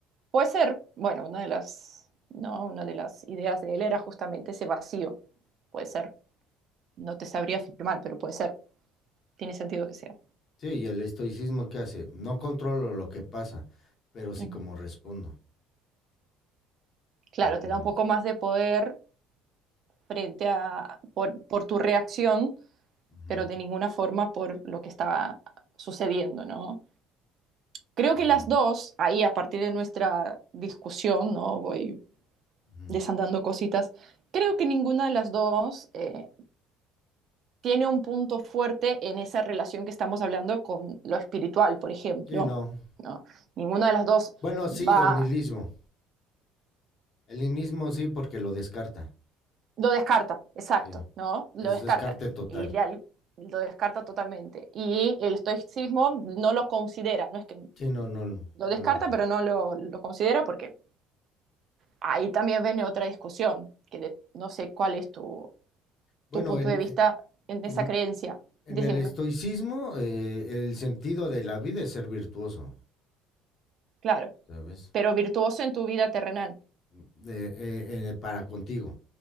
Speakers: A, on the right; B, on the left.
A: Puede ser, bueno, una de las, no, una de las ideas de él era justamente ese vacío. Puede ser. No te sabría afirmar, pero puede ser. Tiene sentido que sea.
B: Sí, y el estoicismo qué hace, no controlo lo que pasa, pero sí
A: Ujú.
B: como respondo,
A: Claro,
B: ¿entiendes?
A: te da un poco más de poder frente a, por, por tu reacción,
B: Ujú,
A: pero de ninguna forma por lo que estaba sucediendo, ¿no? Creo
B: claro.
A: que las dos, ahí a partir de nuestra discusión, ¿no? Voy
B: ujú.
A: desandando cositas, creo que ninguna de las dos eh, tiene un punto fuerte en esa relación que estamos hablando con lo espiritual, por ejemplo,
B: Sí, no.
A: ¿no? Ninguna de las dos
B: Bueno, sí,
A: va
B: el nihilismo. El nihilismo sí, porque lo descarta.
A: Lo descarta, exacto,
B: Sí.
A: ¿no? Lo
B: Es
A: descarta.
B: descarte total.
A: Y de al- lo descarta totalmente. Y el estoicismo no lo considera, no es que
B: Sí, no, no, no
A: lo descarta,
B: lo.
A: pero no lo, lo considera porque ahí también viene otra discusión, que de- no sé cuál es tu,
B: Bueno,
A: tu punto
B: en,
A: de vista
B: eh,
A: en esa
B: en,
A: creencia.
B: En
A: Decime,
B: el estoicismo, eh, el sentido de la vida es ser virtuoso,
A: claro,
B: ¿sabes?
A: pero virtuoso en tu vida terrenal,
B: Mm, De- eh, eh, para contigo,